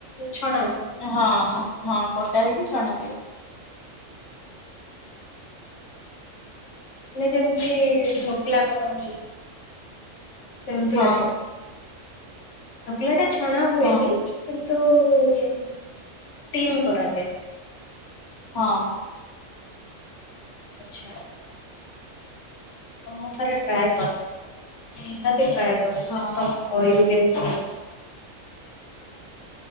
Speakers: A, on the left (about 70°); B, on the left (about 30°).
A: ଛଣା ଯିବ
B: ହଁ ହଁ କଟା ହେଇକି ଛଣା ଯିବ।
A: ମାନେ ଯେମିତି ଢ଼ୋକଲା କରନ୍ତି। ସେମିତିଆ
B: ହଁ
A: ଟାଇପ ଢ଼ୋକଲାଟା ଛଣା ହୁଏନି।
B: ହଁ
A: କିନ୍ତୁ ଟିମ୍ କରାଯାଏ।
B: ହଁ।
A: ଆଚ୍ଛା। ମୁଁ ଥରେ ଟ୍ରାଏ କରେ ନିହାତି ଟ୍ରାଏ କରିବି
B: ହଁ
A: ତମ କହିବି କେମିତି ହେଇଚି।